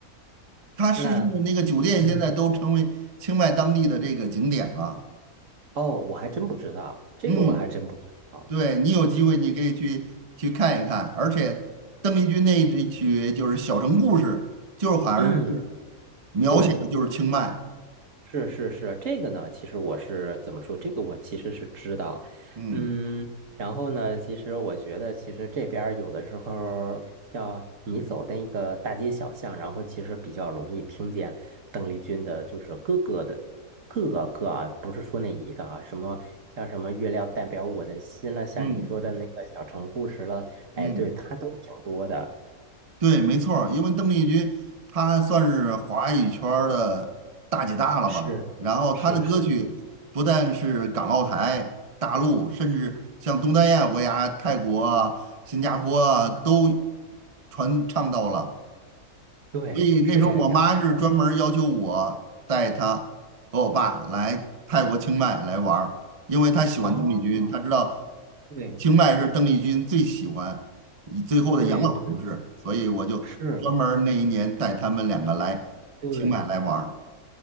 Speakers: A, on the right; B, on the right.
A: 她逝世的那个酒店现在都成为清迈当地的这个景点了。
B: 那嗯哦，我还真不知道，这个我还真不知道。
A: 嗯，对，你有机会你可以去去看一看，而且邓丽君那一支曲就是《小城故事》，就是好像是
B: 嗯，
A: 描写的就是清迈。
B: 对。是是是，这个呢，其实我是怎么说？这个我其实是知道，
A: 嗯
B: 嗯，然后呢，其实我觉得，其实这边儿有的时候儿像你走的那个大街小巷，然后其实比较容易听见邓丽君的，就是各个的各个歌啊，不是说那一个啊，什么像什么月亮代表我的心了，像你说的那个小城故事了，
A: 嗯
B: 哎，
A: 嗯，
B: 对，它都挺多的。
A: 对，没错儿因为邓丽君她算是华语圈儿的大姐大了吧，
B: 是是是，
A: 然后她的歌曲不但是港澳台、大陆，甚至像东南亚国家、泰国啊、新加坡啊，都传唱到了。
B: 对，
A: 所以那时候我妈是专门要求我带她和我爸来泰国清迈来玩儿，
B: 是这个样子。
A: 因为她喜欢邓丽君，
B: 哦，
A: 她知道
B: 对
A: 清迈是邓丽君最喜欢以最后的养老城市，
B: 对对对。
A: 所以我就专门儿那一年带他们两个来清迈来玩儿。
B: 是，对，